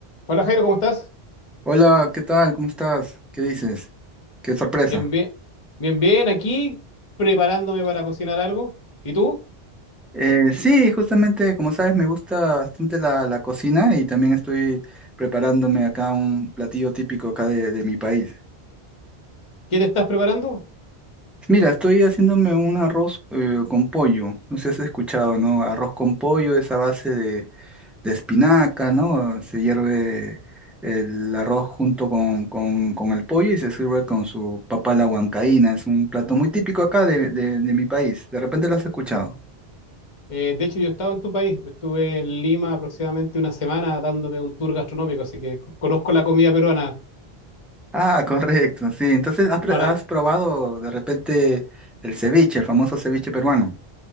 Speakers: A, on the left; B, in the centre.
A: Hola Jairo, ¿cómo estás?
B: Hola, ¿qué tal? ¿Cómo estás? ¿Qué dices? Qué sorpresa.
A: Bien, bien, bien, bien, aquí preparándome para cocinar algo. ¿Y tú?
B: Eh, sí, justamente, como sabes, me gusta bastante la, la cocina y también estoy preparándome acá un platillo típico acá de, de mi país.
A: ¿Qué te estás preparando?
B: Mira, estoy haciéndome un arroz eh, con pollo. No sé si has escuchado, ¿no? Arroz con pollo es a base de, de espinaca, ¿no? Se hierve el arroz junto con, con, con el pollo y se sirve con su papa a la huancaína. Es un plato muy típico acá de, de de mi país. ¿De repente lo has escuchado?
A: Eh, de hecho, yo estaba en tu país, estuve en Lima aproximadamente una semana dándome un tour gastronómico, así que co- conozco la comida peruana.
B: Ah, correcto, sí. Entonces, ¿has, pre-
A: Ahora,
B: has probado de repente el ceviche, el famoso ceviche peruano?